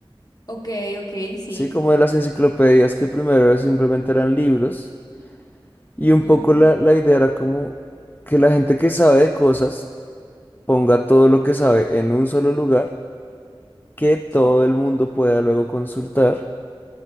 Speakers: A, on the left (about 45°); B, on the left (about 20°).
A: Ok, ok, sí.
B: ¿sí? Como de las enciclopedias que primero simplemente eran libros. Y un
A: Mm.
B: poco la, la idea era como que la gente que sabe de cosas ponga todo lo que sabe en un solo lugar, que todo
A: Claro,
B: el mundo pueda luego consultar.